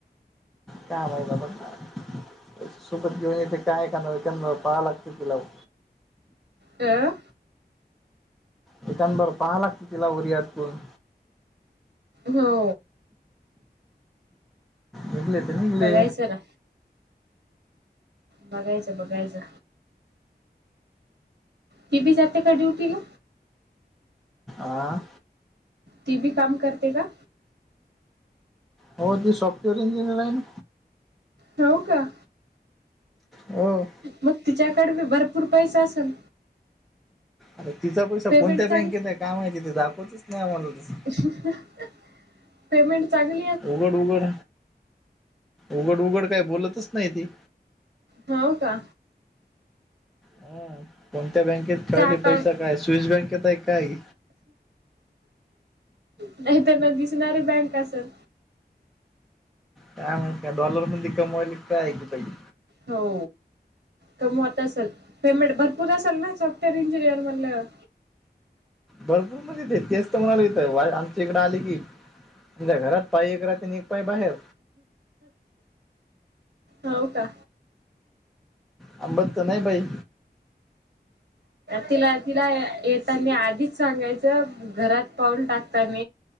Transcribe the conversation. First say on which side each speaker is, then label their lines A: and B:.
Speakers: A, in the centre; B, on the right.
A: का माहित आता काय. सोबत घेऊन येते काय का नव त्यांना पळाव लागत तिला भो.
B: अं?
A: तिच्यान बर पहावं लागतं तिला वरी अटकुन.
B: हो.
A: निघले त निघले.
B: बघायचं ना बघायचं बघायचं. ती बी जाते का ड्युटीला?
A: आं?
B: ती बी काम करते का?
A: हो ती सॉफ्टवेअर इंजिनियर आहे ना.
B: हो का?
A: हो.
B: मग तिच्याकड बी भरपूर पैसा असल.
A: आता तिचा पैसा
B: पेमेंट
A: कोणत्या बँकेत
B: चांग
A: आहे काय माहिती? ती दाखवतच नाही आम्हाला तसं.
B: <unintelligible> पेमेंट चांगल्
A: उघड उघड, उघड उघड काय बोलतच नाही ती.
B: हो का?
A: हं. कोणत्या बँकेत
B: तिचा
A: ठेवायली
B: अकाउंट
A: पैसा? काय स्विस बँकेत आहे की काय?
B: नाही तर न दिसणारी बँक असल.
A: काय माहित काय? डॉलर मधी कमवायली की काय हेकी बाई.
B: हो कमवत असल. पेमेंट भरपूर असेल ना? सॉफ्टवेअर इंजिनियर म्हणाल्यावर.
A: भरपूर म्हणते ते तेच तर म्हणालोय इथं. वा आमच्या इकडं आल की आमच्या घरात पाय एक राहते न एक पाय बाहेर.
B: हो का
A: थांबत तर नाही बाई.
B: तिला तिला येतानी आधीच सांगायचं घरात पाून टाकता